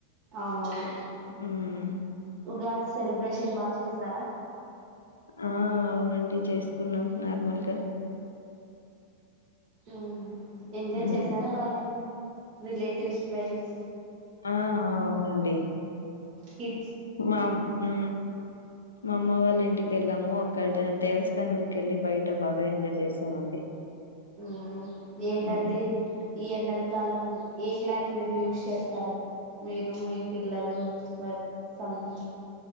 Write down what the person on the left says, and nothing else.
మ్మ్
ఆ అవునండి చేసుకున్నాం నార్మల్గా
మ్మ్
ఆ అవునండి
మా ఊ మా అమ్మ వాళ్ళ ఇంటికి వెళ్ళాము అక్కడ దేవస్థానాలకి వెళ్ళి బయట బాగా ఎంజాయ్ చేసామండి
ఉమ్.